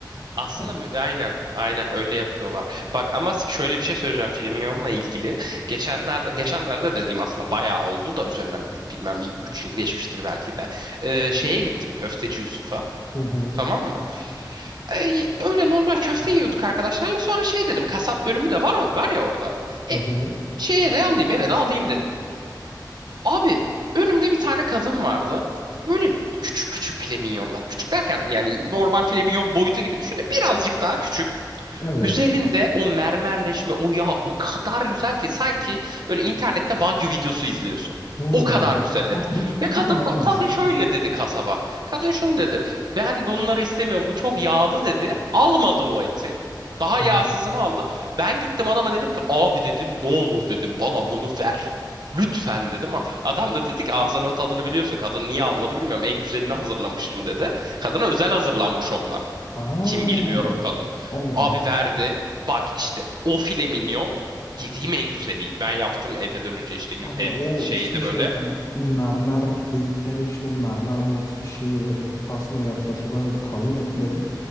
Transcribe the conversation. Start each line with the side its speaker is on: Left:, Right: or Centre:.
Right: Aslında
Left: Hani.
Right: mü- aynen aynen öyle yapıyorlar. Bak ama s- şöyle bir şey söyleyeceğim Filmion'la ilgili. Geçenlerde geçenlerde dediğim aslında bayağı oldu da üzerinden bilmem 3 yıl geçmiştir belki de. Ee, şeye gittim Köfteci Yusuf'a.
Left: Hı hı.
Right: Tamam mı? Ee, öyle normal köfte yiyorduk arkadaşlarla. Sonra şey dedim kasap bölümü de var var ya orada.
Left: Hı
Right: E,
Left: hı.
Right: şeye de alayım eve de alayım dedim. Abi önümde bir tane kadın vardı. Böyle küçük küçük flamingonlar. Küçük derken yani normal flamingon boyutu gibi düşünün. Birazcık daha küçük.
Left: Evet.
Right: Üzerinde o mermerleşme, o yağ o kadar güzel ki sanki böyle internette Wagyu videosu izliyorsun.
Left: Hmm.
Right: O kadar güzel et.
Left: Bak bu
Right: Ve kadın
Left: çok önemli
Right: kadın
Left: bir şey.
Right: şöyle
Left: Hah.
Right: dedi kasaba. Kadın şunu dedi. Ben bunları istemiyorum. Bu çok yağlı dedi. Almadı o eti. Daha
Left: Evet.
Right: yağsızını aldı. Ben gittim adama dedim ki abi dedim ne olur dedim bana bunu ver. Lütfen dedim ama adam da dedi ki ağzının tadını biliyorsun kadın niye almadı bilmiyorum en güzelini hazırlamıştım dedi. Kadına özel hazırlanmış onlar.
Left: Aa,
Right: Kim bilmiyorum kadın.
Left: Allah
Right: Abi
Left: Allah.
Right: verdi. Bak işte o file minyon yediğim en güzeliydi. Ben yaptım eve dönünce işte yurt
Left: Abi
Right: ev
Left: o
Right: şeyde
Left: işte şey
Right: böyle.
Left: hani mermer dedikleri işte o mermer motifi şeyi etti aslında yarısında çok önemli. Kalın etlerin